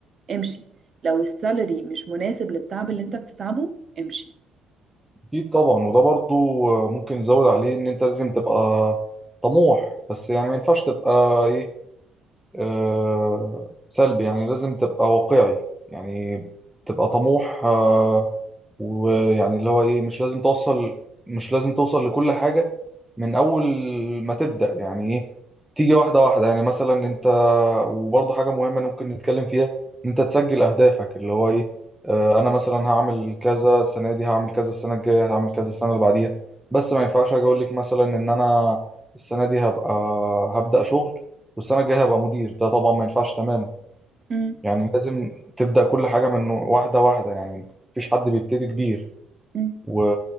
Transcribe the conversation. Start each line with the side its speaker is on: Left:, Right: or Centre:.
Right: امشي لو السالري مش مناسب للتعب اللي انت بتتعبه امشي
Centre: اكيد طبعا وده برضو ممكن نزود عليه ان انت لازم تبقى طموح بس يعني ما ينفعش تبقى ايه آه، سلبي يعني لازم تبقى واقعي يعني تبقى طموح آه، ويعني اللي هو ايه مش لازم توصل مش لازم توصل لكل حاجة من أول ما تبدأ يعني ايه تيجي واحدة واحدة يعني مثلا انت وبرضه حاجة مهمة ممكن نتكلم فيها ان انت تسجل أهدافك اللي هو ايه آه، انا مثلا هعمل كذا السنة دي هعمل كذا السنة الجاية هعمل كذا السنة اللي بعديها بس ما ينفعش اجي اقول لك مثلا ان انا السنة دي هبقى هبدأ شغل والسنة الجاية هبقى مدير ده طبعا ما ينفعش تماما
Right: مم.
Centre: يعني لازم تبدأ كل حاجة من واحدة واحدة يعني مفيش حد بيبتدي كبير
Right: مم.
Centre: و...